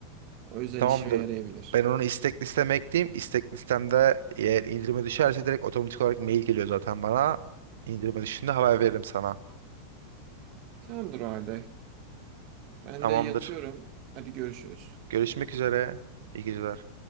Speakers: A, on the right; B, on the right.
A: O yüzden
B: Tamamdır.
A: işime yarayabilir.
B: Ben onu istek listeme ekleyeyim. İstek listemde eğer indirime düşerse direkt otomatik olarak mail geliyor zaten bana. İndirime düşünde haber veririm sana.
A: Tamamdır o halde. Ben
B: Tamamdır.
A: de yatıyorum. Hadi görüşürüz.
B: Görüşmek üzere. İyi geceler.